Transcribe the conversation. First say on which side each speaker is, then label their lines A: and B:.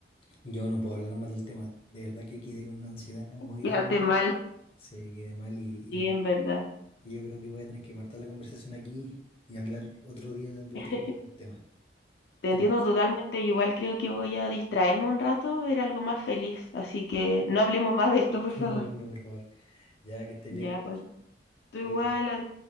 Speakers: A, on the left; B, on the left.
A: yo no puedo hablar más del tema. De verdad que quedé con una ansiedad muy
B: quédate
A: grande.
B: mal.
A: Se quedé mal y
B: Sí, en verdad.
A: Y yo creo que voy a tener que cortar la conversación aquí y hablar otro día de
B: <laughs>
A: otro tema.
B: Te
A: ¿Te
B: entiendo
A: parece?
B: totalmente,
A: <laughs>
B: igual creo que voy a distraerme un rato, ver algo más feliz, así que no hablemos más de esto, por favor.
A: No, no, por favor. Ya que estés
B: Ya,
A: bien, Nicole.
B: Pauli. Tú
A: Cuídate.
B: igual,